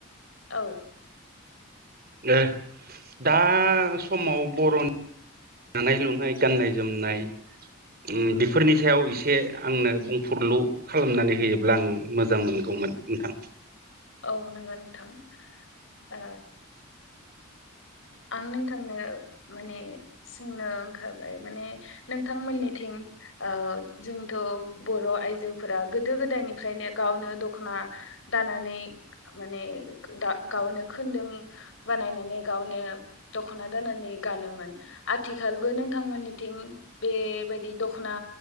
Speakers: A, on the left; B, on the right.
A: औ
B: दे दा समाव बर'नि दानाय लुनाय गाननाय जोमनाय ओम बेफोरनि सायाव एसे आंनो बुंफुरलु खालामनानै होयोब्ला आं मोजां मोनगौमोन नोंथां।
A: औ नंगौ नोंथां आ आं नोंथांनो माने सोंनो ओंखारबाय माने नोंथांमोननिथिं ओ जोंथ' बर' आइजोफोरा गोदो गोदायनिफ्रायनो गावनो दख'ना दानानै माने गावनो खुन्दुं बानायनानै गावनो दखना दोननानै गानोमोन आथिखालबो नोंथांमोननिथिं बेबायदि दख ना